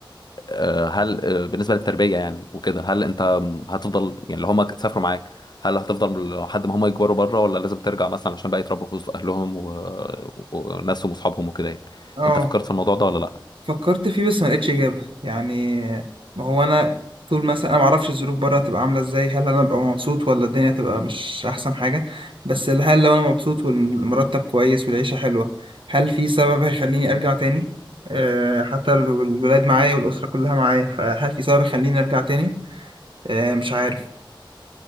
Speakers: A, on the left; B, on the right.
A: آه، هل آه، بالنسبه للتربيه يعني وكده هل انت هتفضل يعني اللي هم سافروا معاك هل هتفضل لحد ما هم يكبروا بره ولا لازم ترجع مثلا عشان بقى يتربوا في وسط اهلهم و... وناسهم واصحابهم وكده يعني
B: اه
A: انت فكرت في الموضوع ده ولا لا؟
B: فكرت فيه بس ما لقيتش اجابه يعني ما هو انا طول مثلا انا ما اعرفش الظروف بره هتبقى عامله ازاي هل انا ابقى مبسوط ولا الدنيا تبقى مش احسن حاجه بس هل لو انا مبسوط والمرتب كويس والعيشه حلوه هل في سبب هيخليني ارجع تاني أه حتى لو الولاد معايا والاسره كلها معايا فهل في سبب يخليني ارجع تاني أه مش عارف